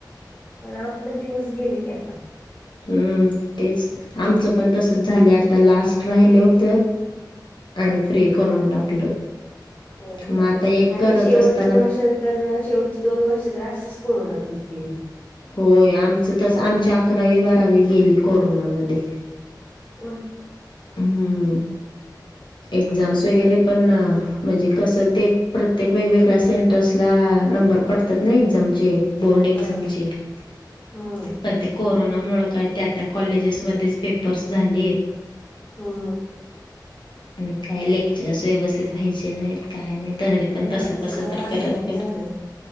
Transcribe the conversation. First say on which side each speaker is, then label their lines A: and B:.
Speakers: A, on the left (about 20°); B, on the left (about 90°).
A: पण आपलं दिवस गेले की आता.
B: हम्म, तेच आमचं पण तसच झालं आता लास्ट राहिलत त्यानं फ्री करून टाकलं.
A: हो,
B: मग आता एक
A: आणि
B: करत
A: शेवटचं
B: असताना
A: वर्ष तर शेवटची दोन वर्ष जर असच कोरोनातूनच गेल.
B: होय आमचं तस आमच्या अकरावी बारावी गेली कोरोनामध्ये.
A: हो, <inaudible>
B: हम्म, एक्झाम्स वगैरे पण म्हणजे कसं ते प्रत्येक वेगवेगळ्या सेंटर्सला नंबर पड कुठल्या एक्झाम चे, बोर्ड एक्झाम
A: हा
B: चे <inaudible>
A: हम्म
B: पण ते कोर कोरोनामुळं काय त्या त्या कॉलेजेसमध्येच पेपर्स झाले.
A: हम्म.
B: आणि काय लेक्चर्स व्यवस्थित व्हायचे नाहीत. काय नाही तरी पण
A: हा
B: तसं कसं
A: सगळं
B: तर
A: ऑनलाईन
B: करत-करत
A: झालं.